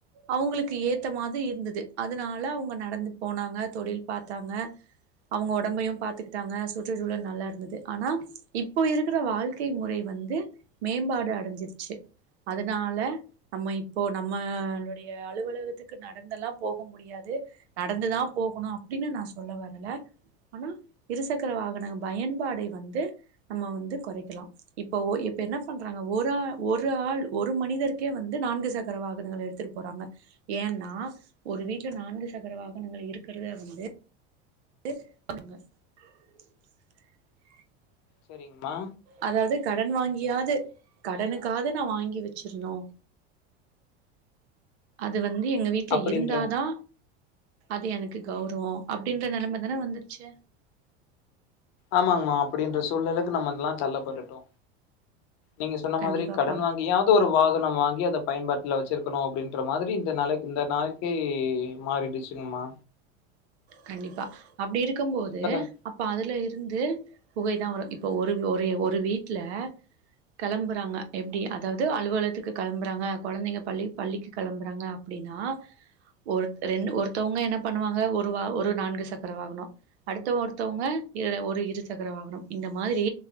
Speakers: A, on the right; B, on the left.
A: அவுங்களுக்கு ஏத்தமாது இருந்தது அதனால அவுங்க நடந்து போனாங்க தொழில் பாத்தாங்க அவுங்க ஒடம்பையு பாத்துக்கிட்டாங்க சோ சுற்றுச்சூழல் நல்லா இருந்தது ஆனா இப்போ இருக்கிற வாழ்க்கை முறை வந்து மேம்பாடு அடைஞ்சிருச்சி அதனால நம்ம இப்போ நம்மளுடைய அலுவலகத்துக்கு நடந்தெல்லா போக முடியாது நடந்துதா போகணு அப்படின்னு நா சொல்ல வரல ஆனா இருசக் சக்கர வாகன பயன்பாடை வந்து நம்ம வந்து கொறைக்கலா இப்ப இப்ப என்ன பண்றாங்க ஒரு ஒரு ஆள் ஒரு மனிதருக்கே வந்து நான்கு சக்கர வாகனங்கள் எடுத்துட்டு போறாங்க ஏன்னா ஒரு வீட்டுல நான்கு சக்கர வாகனங்கள் இருக்கிறத வந்து ங்க
B: சரிங்கம்மா
A: அதாவது கடன் வாங்கி யாது கடனுக்காது நா வாங்கி வச்சிருனு அது வந்த் எங்க வீட்ல
B: அப்படின்ற
A: இருந்தாதா அது எனக் க்கு கௌரவோ அப்படின்ற நெலம தான வந்துருச்சு
B: ஆமாங்மா அப்படின்ற சூழ்நிலைக்கு நம்ம அதெல்லா தள்ளப்பட்டுடோ நீங்க சொன்ன
A: கண்டிப்பாப்பா
B: மாதிரி கடன் வாங்கியாது ஒரு வாகனம் வாங்கி அத பயன்பாட்டுல வச்சிருக்கணு அப்படின்ற மாதிரி இந்த நாளைக் இந்த நாளைக்கே மாறிடுச்சுங்ம்மா
A: கண்டிப்பா அப்டி இருக்கும்போது
B: இப்பதா
A: அப்ப அதுல இருந்து புகை தா வரு இப்ப ஒரு ஒரே ஒரு வீட்ல கிளம்புறாங்க எப்டி அதாவ்து அலுவலத்துக்கு கெளம்புறாங்க கொழந்தைங்க பள்ளி பள்ளிக்கு கெளம்புறாங்க அப்டின்னா ஒருத ரெண்ட் ஒருத்தவங்க என்ன பண்ணுவாங்க ஒரு துவா ஒரு நான்கு சக்கர வாகனோ அடுத்தவ ஒருத்தொவ்ங்க இல்ல ஒரு இரு சக்கர வாகனம் இந்த மாதிரி